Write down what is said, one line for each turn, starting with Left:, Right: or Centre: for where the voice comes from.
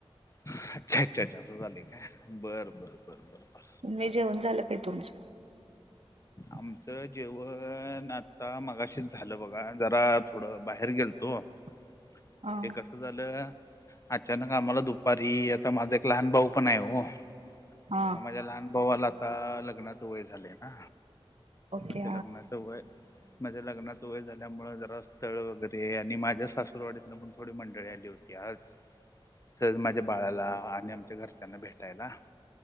Left: अच्छा अच्छा अच्छ असं झालाय काय बर बर बर बर बर.
Right: मी जेवन झाल काय तुमचं? <inaudible>
Left: आमचं जेवण आता मघाशीच झालं बघा जरा थोडं बाहेर गेलतो.
Right: <inaudible>
Left: <inaudible>
Right: हां
Left: ते कसं झालं अचानक आम्हाला दुपारी आता माझा एक लहान भाऊ पण आहे हो.
Right: हां
Left: मग माझ्या लहान भावाला आता लग्नात वय झाले ना.
Right: ओके
Left: म्हणजे लग्नाचं वय म्हणजे लग्नाच वय झाल्यामुळे जरा स्थळ वगैरे आणि माझ्या सासूरवाडीतन पण थोडी मंडळी आली होती आज.
Right: <inaudible>
Left: सहज माझ्या बाळाला आणि आमच्या घरच्यांना भेटायला